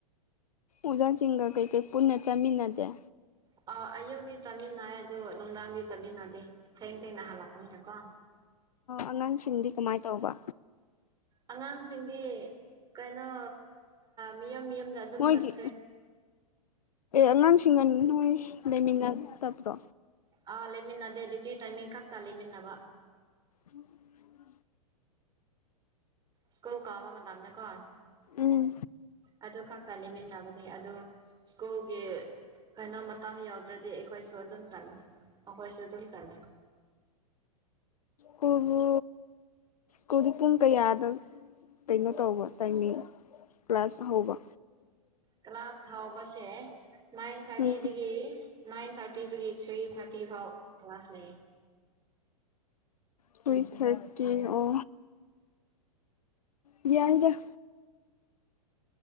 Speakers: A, on the left; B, on the right.
A: ꯎꯖꯥ ꯆꯤꯡꯒꯥ ꯀꯩ ꯀꯩ ꯄꯨꯌꯥ ꯆ ꯃꯤꯅꯥꯗꯌꯥ
B: ꯑ ꯑꯌꯨꯒꯤ ꯇꯃꯤꯟ ꯍꯥꯏ ꯑꯗꯨꯣ ꯅꯨꯡꯗꯥꯡꯒꯤ ꯇꯃꯤꯟꯗꯤꯦ ꯊꯥꯏꯅ ꯊꯅ ꯍꯥꯜꯂꯛꯒꯅꯦ ꯀꯣ
A: ꯑꯉꯥꯡꯁꯤꯡꯗꯤ ꯀꯃꯥꯏꯅ ꯇꯧꯕ
B: ꯑꯉꯥꯡꯁꯤꯡꯒꯤ ꯀꯩꯅꯣ ꯃꯤꯌꯝ ꯃꯤꯌꯨꯝꯗ ꯑꯗꯨꯝ
A: ꯃꯣꯏꯒꯤ
B: ꯆꯠꯈ꯭ꯔꯦ
A: ꯑꯉꯥꯡꯁꯤꯡꯒ ꯅꯣꯏ ꯂꯩꯃꯤꯟꯅꯗꯕ꯭ꯔꯣ
B: ꯑ ꯂꯩꯃꯤꯟꯅꯗꯦ ꯑꯗꯨꯗꯤ ꯇꯥꯏꯃꯤꯡ ꯈꯛꯇ ꯂꯩꯃꯤꯟꯅꯕ
A: ꯎꯝ
B: ꯁ꯭ꯀꯨꯜ ꯀꯥꯕ ꯃꯇꯝꯗ ꯀꯣ
A: ꯎꯝ
B: ꯑꯗꯨ ꯈꯛꯇ ꯂꯩꯃꯤꯟꯅꯕꯅꯤ ꯑꯗꯨ ꯁꯀꯣꯒꯤꯦ ꯀꯩꯅꯣ ꯃꯇꯝ ꯌꯥꯎꯗ꯭ꯔꯗꯤ ꯑꯩꯈꯣꯏꯁꯨ ꯑꯗꯨꯝ ꯆꯪꯉ ꯃꯈꯈꯣꯏꯁꯨ ꯑꯗꯨꯝ ꯆꯂꯤ
A: ꯀꯗ ꯀꯗꯨ ꯄꯨꯝ ꯀꯩꯌꯥ ꯌꯥꯗꯕ ꯀꯩꯅꯣ ꯇꯧꯕ ꯇꯥꯏꯃꯤꯡ ꯄ꯭ꯂꯁ ꯍꯧꯕ
B: ꯀ ꯀ꯭ꯂꯥꯁ ꯍꯥꯎꯕꯁꯦ ꯅꯥꯏꯟ ꯊꯥꯔꯇꯤ
A: ꯎꯝ
B: ꯗꯒꯤ ꯅꯅꯥꯏꯟ ꯊꯥꯔꯇꯤꯗꯒꯤ ꯊ꯭ꯔꯤ ꯊꯥꯔꯇꯤ ꯐꯥꯎ ꯀ꯭ꯂꯥꯁ ꯂꯩ
A: ꯊ꯭ꯔꯤ ꯊꯥꯔꯇꯤ ꯑꯣ ꯌꯦꯗ